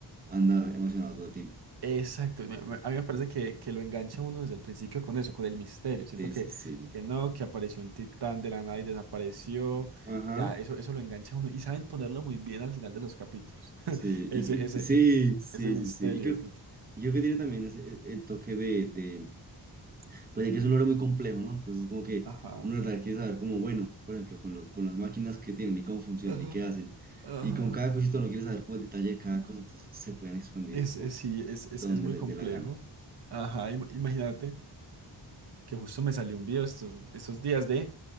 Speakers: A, on the right (about 20°); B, on the right (about 65°).
A: andar emocionado todo el tiempo.
B: exacto. me- me- a mí me parece que, que lo engancha uno desde el principio con eso, con el misterio. Siento
A: Sí,
B: que,
A: sí, sí.
B: que no, que apareció un titán de la nada y desapareció.
A: Ajá.
B: Ya, eso, eso lo engancha a uno. Y saben ponerlo muy bien al final de los capítulos. <laughs>
A: Sí,
B: Ese,
A: y,
B: ese,
A: y- sí, sí,
B: ese misterio.
A: sí, sí. Y creo,
B: este-
A: y creo que tiene también ese- el, el toque de, de, pues es que es un logro muy complejo, ¿no? Entonces, como que
B: Ajá.
A: uno de verdad quiere saber como, bueno, por ejemplo, con los, con las máquinas que tienen y cómo funcionan
B: Ajá.
A: y qué hacen.
B: Ajá.
A: Y con cada cosito uno quiere saber como el detalle de cada cosa, entonces se pueden expandir
B: Es,
A: por
B: es- sí, es, es,
A: donde
B: es muy
A: les
B: complejo.
A: dé la gana.
B: Ajá, im- imagínate que justo me salió un video estos, estos días de